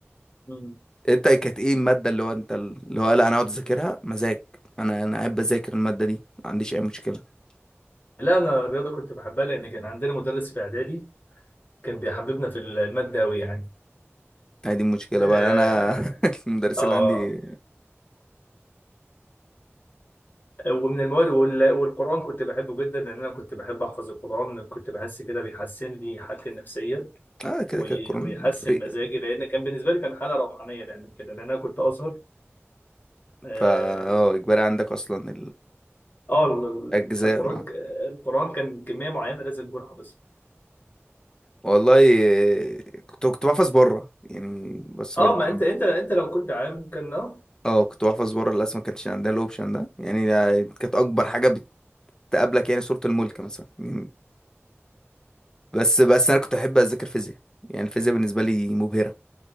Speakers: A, on the left; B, on the left.
A: مم.
B: انت كانت ايه الماده اللي هو انت اللي هو لا انا اقعد اذاكرها مزاج انا انا قاعد بذاكر الماده دي ما عنديش اي مشكله
A: لا انا الرياضه كنت بحبها لان كان عندنا مدرس في اعدادي كان بيحببنا في الماده قوي يعني
B: هي دي المشكله
A: آه
B: بقى انا <laughs> المدرسين
A: آه
B: اللي عندي
A: ومن المواد وال- والقرآن كنت بحبه جدا لأن أنا كنت بحب أحفظ القرآن كنت بحس كده بيحسن لي حالتي النفسية
B: اه كده
A: وي-
B: كده كورونا
A: ويحسن
B: فري
A: مزاجي لأن كان بالنسبة لي كان حالة روحانية لأن كده لأن أنا كنت أزهر آه
B: فا اه اجباري عندك اصلا
A: آه، ال- ال-
B: الاجزاء
A: القرآن القرآن كان كمية معينة لازم تكون حافظها
B: والله آه، كنت كنت بحفظ بره يعني بس
A: آه
B: برضه
A: ما
B: دي
A: أنت أنت أنت لو كنت عام كان آه
B: اه كنت بحفظ بره للاسف ما كانش عندنا الاوبشن ده يعني ده كانت اكبر حاجه بتقابلك يعني صوره الملك مثلا مم. بس بس انا كنت احب اذاكر فيزياء يعني الفيزياء بالنسبه لي مبهره